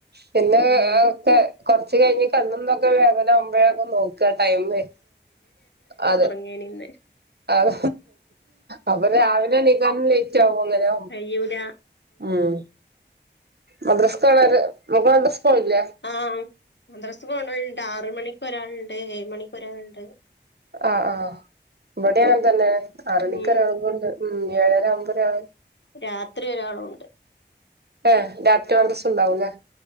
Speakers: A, on the right; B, on the left.
A: പിന്നെ
B: ഉം
A: അതൊക്കെ കൊറച്ച കഴിഞ് കണ്ണ് തൊക്കെ വേദന ആകുമ്പോഴൊക്കെ നോക്ക ടൈമേ അതെ
B: ങ്ങൻ ഇന്ന്
A: അത അപ്പൊ രാവിലെ എണീക്കാനും ലേറ്റ് ആകും അങ്ങനൊ
B: കഴിയൂല
A: ഉം മദ്രസ് കാണര് നമക്ക് മദ്രസ് ക്ക് പോണില്ലേ
B: ആഹ് മദ്രസ്ക്ക് പോണോലുണ്ട് ആറമണിക്ക് ഒരാളുണ്ട് ഏഴ് മണിക്ക് ഒരാളുണ്ട്
A: ആഹ് ആഹ് ഇവടെ അങ്ങൻ തന്നെയാണ് ആറണിക്കരാളൊണ്ട്
B: ഉം
A: ഉം ഏഴര ആവുമ്പോ ഒരാള്
B: രാത്രി ഒരാളുണ്ട്
A: ഹ രാത്രി മദ്റസും ഉണ്ടാവുംല്ലേ